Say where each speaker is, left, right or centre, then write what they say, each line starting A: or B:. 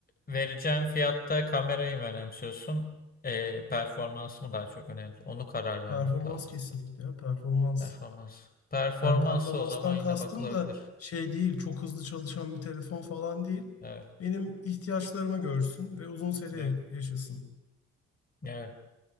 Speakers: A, on the left; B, on the left.
A: vereceğin fiyatta kamerayı mı önemsiyorsun, e, performans mı daha çok önemli? Onu karar vermek
B: Performans
A: lazım.
B: kesinlikle ya performans.
A: Performans. Performansı
B: Yani performanstan
A: o zaman yine
B: kastım
A: bakılabilir.
B: da şey değil çok hızlı çalışan bir telefon falan değil.
A: Evet,
B: Benim ihtiyaçlarımı görsün ve uzun süre
A: evet.
B: yaşasın.
A: Evet.